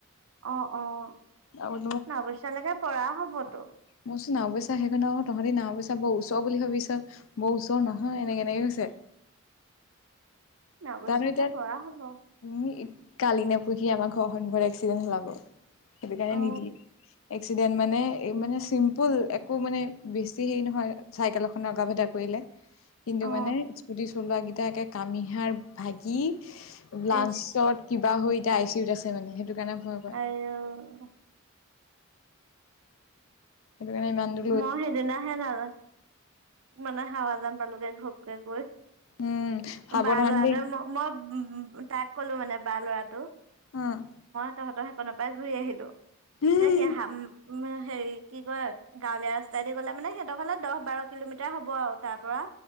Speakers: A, on the right; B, on the left.
A: অ', অ'।
B: মই
A: নাওবৈচালৈকে পৰা হ'বতো।
B: মইচোন নাওবৈচা সেইকাৰণে আৰু তহঁতে নাওবৈচা বৰ ওচৰ বুলি ভাবিছ। বৰ ওচৰ নহয় এনেকে এনেকে কৈছে।
A: নাওবৈচালে
B: জানো এতিয়া
A: পৰা হ'ব।
B: উম, কালি নে পৰহি আমাৰ ঘৰখন ঘৰত এক্সিডেণ্ট হলাব। সেইটো কাৰণে
A: অ
B: নিদিয়ে। এক্সিডেণ্ট মানে এই মানে চিম্পুল একো মানে বেছি হেৰি নহয়, চাইকেল এখনে অকাম এটা কৰিলে। কিন্তু
A: অ
B: মানে স্কুটি চলোৱাকেইটা একে কামিহাৰ ভাগি লাঞ্চত
A: ইচ
B: কিবা হৈ এতিয়া আই চিউত আছে মানে সেইটো কাৰণে ভয় হয়।
A: আই অ'।
B: সেইটো কাৰণে ইমান দুৰ
A: মই সেইদিনাহে নাযা মানে হাৱাজান পালোগে ঘপকে গৈ।
B: উম সাৱধান
A: বা ল'ৰাটোৱে
B: দেই
A: ম, মক উম, তাক ক'লো মানে বা লৰাটো
B: উম।
A: তহঁতৰ সেইকনৰপৰা ঘূৰি আহিলো।
B: উম
A: এ, সি হাপ উম, হেৰি কি কয় গাঁৱলীয়া ৰাস্তাইদি গ'লে মানে সিহঁতৰফালে দহ বাৰ কিলোমিটাৰ হ'ব আৰু তাৰপৰা।